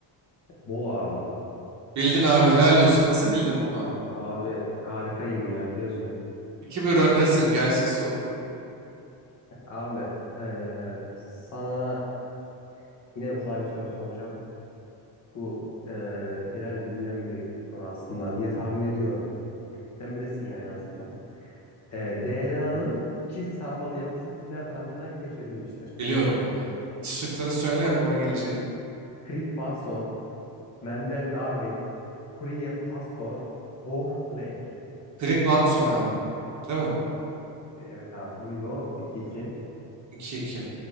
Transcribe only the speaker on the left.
Bol abi.
A- abi harikayım ya biliyorsun.
Abi ee, sana yine kolay bir soru soracağım. Bu ee, genel bilinen bir soru aslında diye tahmin ediyorum. Sen bilirsin yani en azından. DNA'nın çift sarmal yapısı kimler tarafından keşfedilmiştir?
Crick Watson, Mendel Darwin, Courier Pasteur, Bohr Planck.
Evet abi bingo 2-2.